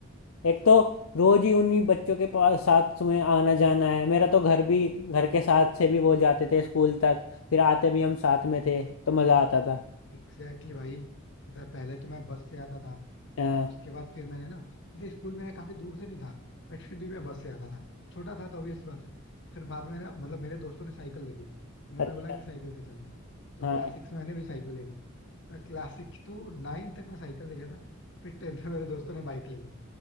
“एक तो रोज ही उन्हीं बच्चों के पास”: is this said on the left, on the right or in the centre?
Left